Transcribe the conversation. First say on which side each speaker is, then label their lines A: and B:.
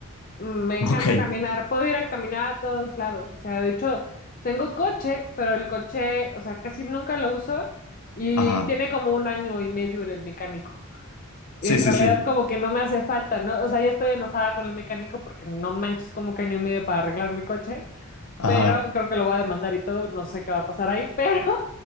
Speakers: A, on the left (about 40°); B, on the left (about 85°).
A: Mm, me encanta
B: <laughs> Ok.
A: caminar, puedo ir a caminar a todos lados. O sea, de hecho, tengo coche, pero el coche, o sea, casi nunca lo uso y
B: Ajá.
A: tiene como un año y medio en el mecánico.
B: Sí,
A: Y en
B: sí,
A: realidad
B: sí.
A: como que no me hace falta, ¿no? O sea, ya estoy enojada con el mecánico porque no manches como que año y medio para arreglar mi coche,
B: Ajá.
A: pero creo que lo voy a demandar y todo, no sé qué va a pasar ahí, <laughs> pero